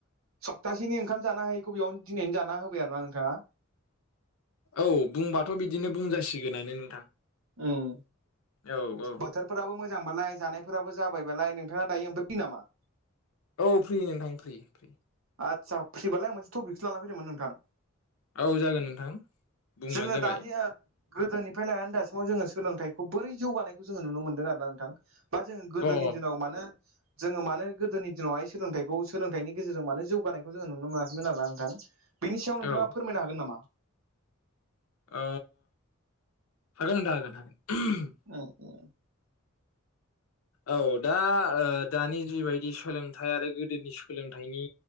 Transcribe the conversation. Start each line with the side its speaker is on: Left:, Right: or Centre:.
Right: सफ्थासेनि ओंखाम जानो हायैखौ बेयावनो दिनैनो जाना होबाय आरो ना नोंथाङा।
Left: औ बुंबाथ' बिदिनो बुंजासिगोनानो नोंथां।
Right: उम
Left: औ औ
Right: बोथोरफोराबो मोजांबालाय जानायफोराबो जाबायबालाय नोंथाङा दायो ओमफ्राय फ्रि नामा?
Left: औ फ्रि नोंथां फ्रि फ्रि।
Right: आदसा फ्रिबालाय आं मोनसे टपिकखौसो लानानै फैदोंमोन नोंथां।
Left: औ जागोन नोंथां बुंबानो
Right: जोङो
Left: जाबाय।
Right: दानि ओ गोदोनिफ्राय लानानै दासिमाव जोङो सोलोंथाइखौ बोरै जौगानायखौ जोङो नुनो मोनदों आरोना नोंथां बा जोङो गोदोनि
Left: अ औ
Right: दिनाव मानो जोङो मानो गोदोनि दिनावहाय सोलोंथाइखौ सोलोंथाइनि गेजेरजों मानो जौगानायखौ जोङो नुनो मोनाखैमोन आरो ना नोंथां बेनि सायाव नोंथाङा
Left: औ ओ
Right: फोरमायनो हागोन नामा।
Left: ओ हागोन नोंथां हागोन हागोन।
Right: ओं दे
Left: औ दा ओ दानि जिबायदि सोलोंथाइ आरो गोदोनि सोलोंथाइनि